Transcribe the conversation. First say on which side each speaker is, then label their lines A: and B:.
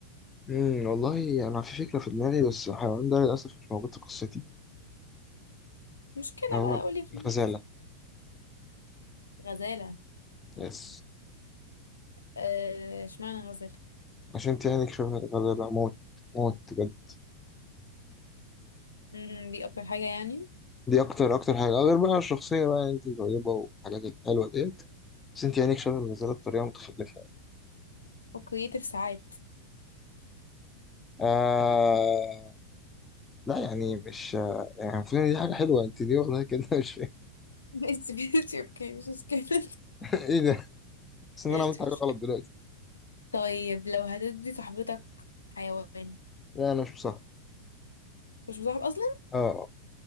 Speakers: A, on the left (about 15°); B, on the left (about 75°).
A: أمم، والله أنا في فكرة في دماغي بس الحيوان ده للأسف مش موجود في قصتي
B: مشكلة
A: هو
B: بقى قولي خلاص
A: الغزالة
B: غزالة
A: يس
B: آه، اشمعنى غزالة
A: عشان تعاني شبه الغزالة موت موت بجد
B: مم، دي اكتر حاجة يعني
A: دي أكتر أكتر حاجة غير بقى الشخصية بقى أنت طيبة والحاجات الحلوة ديت بس أنت عينيك شبه الغزالة بطريقة متخلفة يعني.
B: وكرييتيف ساعات
A: آه... لا يعني مش يعني المفروض إن دي حاجة حلوة أنت ليه واخدها كده <laughs> مش فاهم
B: <laughs> ماشي ماشي اوكي مش مشكلة <laughs>
A: إيه ده؟ بس إن
B: ماشي
A: أنا عملت حاجة غلط دلوقتي
B: طيب لو هتدي صاحبتك حيوان
A: لا أنا مش مصدق
B: مش مصاحب اصلا
A: اه